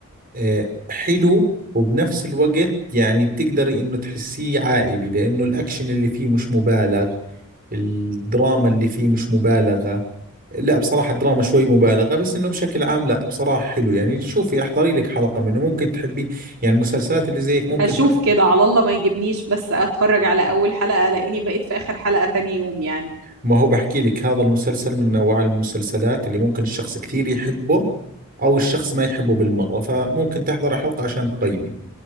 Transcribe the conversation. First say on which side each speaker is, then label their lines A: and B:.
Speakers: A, on the right (about 45°); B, on the right (about 70°).
A: آه، حلو وبنفس الوقت يعني بتقدري انه تحسيه عائلي لانه الاكشن اللي فيه مش مبالغ الدراما اللي فيه مش مبالغة لا بصراحة الدراما شوي مبالغة بس انه بشكل عام لا بصراحة حلو يعني شوفي احضري لك حلقة منه ممكن تحبي يعني المسلسلات اللي زيك ممكن
B: هشوف
A: شخص
B: كده على الله ما يجيبنيش بس اتفرج على اول حلقة الاقيني بقيت في اخر حلقة تاني يوم يعني
A: ما هو بحكي لك هذا المسلسل من نوع المسلسلات اللي ممكن الشخص كثير يحبه او الشخص ما يحبه بالمرة فممكن تحضري حلقة عشان تقيمي